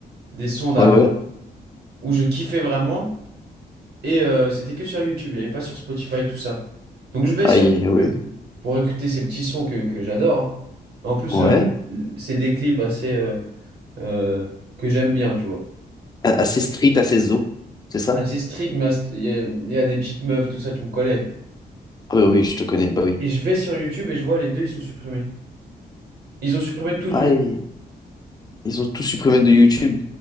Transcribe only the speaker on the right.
Des sons d'avant
où je kiffais vraiment. Et euh, c'était que sur YouTube, il n'y avait pas sur Spotify, tout ça. Donc je vais
sur
YouTube pour écouter ces petits sons que, que j'adore. hein. En plus,
euh, le- le- c'est des clips assez euh, euh, que j'aime bien, tu vois.
Assez street, mais assez- il y a, il y a des petites meufs, tout ça, tu me connais.
Et je vais sur YouTube et je vois les deux, ils sont supprimés. Ils ont supprimé tout
de YouTube.